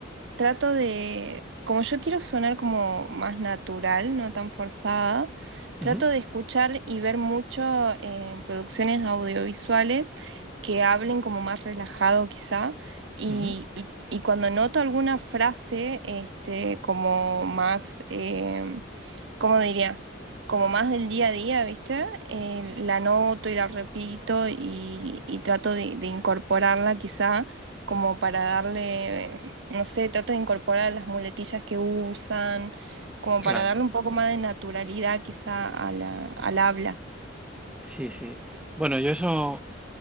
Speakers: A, on the right; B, in the centre.
A: trato de, como yo quiero sonar como más natural, no tan forzada, trato
B: Ujú,
A: de escuchar y ver mucho eh, producciones audiovisuales que hablen como más relajado quizá. Y,
B: ujú,
A: y- y cuando noto alguna frase, este, como más, em, ¿cómo diría? Como más del día a día, ¿viste? Eh, la noto y la repito y, y trato de, de incorporarla quizá como para darle, no sé, trato de incorporar las muletillas que usan, como
B: claro,
A: para darle un poco más de naturalidad quizá a la, al habla.
B: sí, sí. Bueno, yo eso